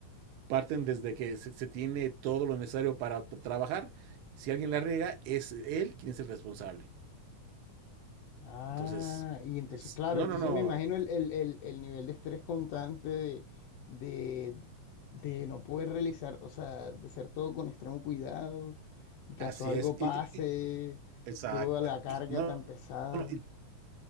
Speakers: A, on the right (about 85°); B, on the left (about 80°).
A: parten desde que se, se tiene todo lo necesario para p- trabajar. Si alguien la riega, es él quien es el responsable.
B: Ah,
A: Entonces,
B: y entonces,
A: es-
B: claro,
A: no,
B: entonces
A: no, no,
B: me imagino el, el- el- el nivel de estrés constante de, de, de no poder realizar, o sea, de ser todo con extremo cuidado y caso
A: así
B: algo
A: es.
B: pase,
A: Y- y- y- exacto.
B: toda la carga
A: No,
B: tan pesada.
A: no, no, y,